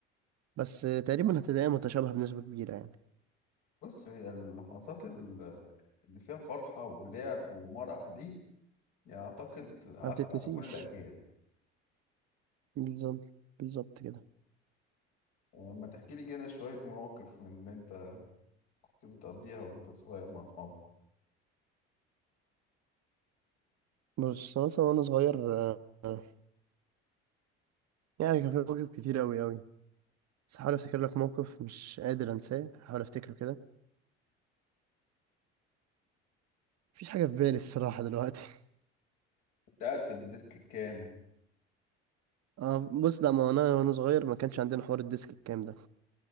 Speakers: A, on the right; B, on the left.
A: بس آه، تقريبا هتلاقيها متشابهه بنسبه كبيره يعني
B: بص هي اللحظات ال- اللي فيها فرحه ولعب ومرح دي يعني اعتقد عدت
A: ما بتتنسيش
B: على كل الاجيال
A: بالظبط بالظبط كده
B: لما تحكي لي كده شويه مواقف من اللي انت كنت بتقضيها وانت صغير مع اصحابك
A: بص مثلا وانا صغير آه، آه، يعني كان في مواقف كتير قوي قوي بس هحاول افتكر لك موقف مش قادر انساه هحاول افتكره كده مفيش حاجه في بالي الصراحه دلوقتي
B: كنت قاعد في الديسك الكام
A: <laughs> اه بص لا ما انا وانا صغير ما كانش عندنا حوار الديسك الكام ده